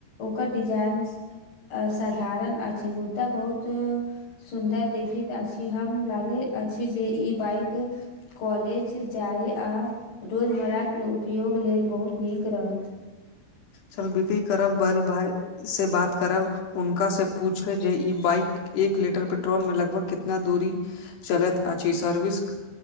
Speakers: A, on the left; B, on the left.
A: ओकर डिजाइन अऽ सधारण अछि मुद्दा बहुत सुन्दर देखैत अछि हम लागे अछि जे ई बाइक कॉलेज जाय आ रोजमर्राके उपयोग लेल बहुत नीक रहत
B: चल बिक्री करब बैल भाय से बात करब उनका से पूछे जे ई बाइक एक लीटर पेट्रोल मे लगभग कितना दूरी चलैत अ अछिी सर्विस